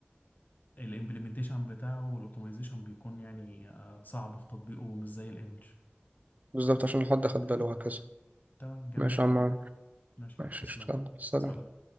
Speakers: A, on the left; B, on the right.
A: الامبلمنتيشن بتاعه والاوبتمايزيشن بيكون يعني آه، صعب في تطبيقه ومش زي الايمج
B: بالظبط عشان حد خد
A: تمام
B: باله وهكذا
A: تمام جميل
B: ماشي
A: يا كريم
B: يا عم عمرو
A: ماشي
B: ماشي
A: تسلم
B: اشتغل سلام
A: سلام